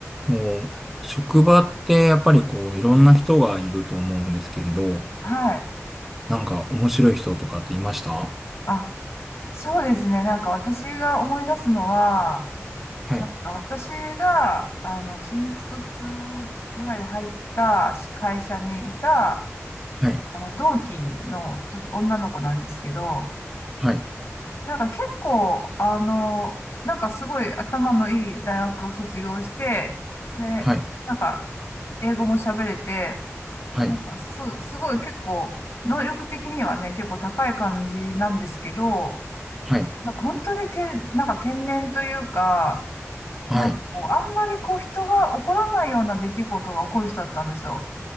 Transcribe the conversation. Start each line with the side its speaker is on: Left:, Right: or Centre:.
Centre: もう、職場ってやっぱりこう、いろんな人がいると思うんですけれど、
Left: はい。
Centre: なんか面白い人とかっていました
Left: あ、そうですね。なんか私が思い出すのは、
Centre: はい、
Left: なんか私が、あの、新卒ぐらいで入った会社にいた、
Centre: はい、
Left: あの、同期のちょっと女の子なんですけど、
Centre: はい、
Left: なんか結構、あの、なんかすごい頭のいい大学を卒業して、で、
Centre: はい、
Left: なんか英語も喋れて、
Centre: はい、
Left: なんかす、すごい結構、能力的にはね、結構高い感じなんですけど、
Centre: はい、
Left: なんか本当に天、なんか天然というか、
Centre: はい、
Left: なんかこう、あんまりこう人が起こらないような出来事が起こる人だったんですよ。